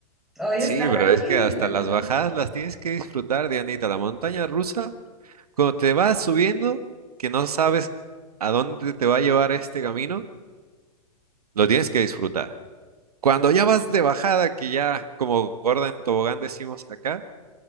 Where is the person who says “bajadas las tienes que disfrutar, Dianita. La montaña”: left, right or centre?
Right